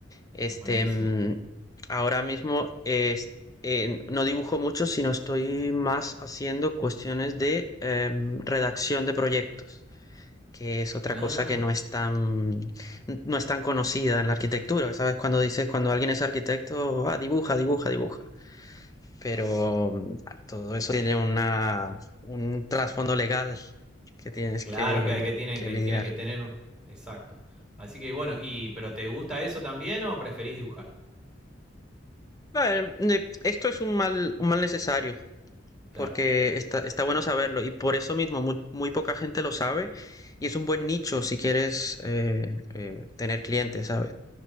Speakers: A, on the left (about 20°); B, in the centre.
A: Este,
B: Buenísimo.
A: mm, ahora mismo es- eh, no dibujo mucho, sino estoy más haciendo cuestiones de em, redacción de proyectos, que es otra
B: Ah,
A: cosa que no es tan, no es tan conocida en la arquitectura. ¿Sabes? Cuando dices, cuando alguien es arquitecto, ah, dibuja, dibuja, dibuja. Pero mm, todo eso tiene una, un trasfondo legal que tienes
B: claro
A: que,
B: que, hay- que tiene
A: que
B: que
A: lidiar.
B: tiene que tener, un- exacto. Así que bueno, y pero ¿te gusta eso también o preferís dibujar?
A: Bueno, eh, esto es un mal, un mal necesario. porque
B: Claro.
A: está, está bueno saberlo y por eso mismo mu- muy, poca gente lo sabe y es un buen nicho si quieres eh, eh, tener clientes, ¿sabes?